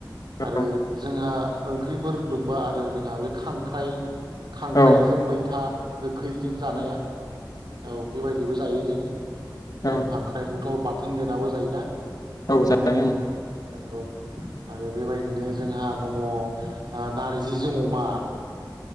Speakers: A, on the right; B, on the left.
A: आरो
B: औ
A: जोंहा <unintelligible> फख्रिफोर होनदोंबा आरो जोंहा बे खांख्राइ खांख्राइजों
B: औ
A: मैथा गोखैजों जानाया औ बेबायदिबो जायो जों
B: औ
A: आरो खांख्राइखौथ बाथ जों देनाबो जायोना
B: औ जायो जों
A: नंगौ आरो बेबायदिनो जोंहा दंङ नारजिजों अमा